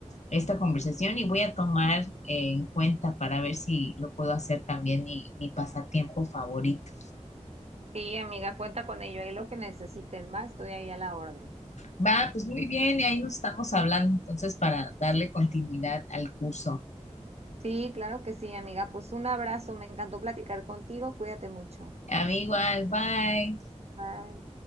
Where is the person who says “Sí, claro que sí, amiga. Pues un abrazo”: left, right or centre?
Right